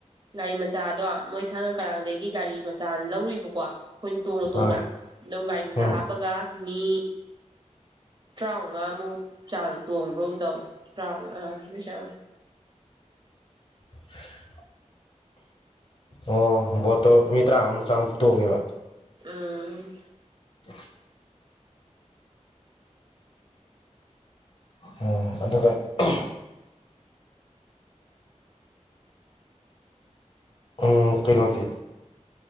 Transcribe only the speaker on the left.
ꯑꯥ
ꯎꯝ
<inaudible> ꯑꯣ ꯕꯣꯠꯇꯣ ꯃꯤ ꯇꯔꯥꯃ ꯆꯥꯡ ꯇꯣꯡꯉꯦꯕ
<inaudible> ꯑꯇ ꯎꯝ ꯀꯩꯅꯣꯗꯤ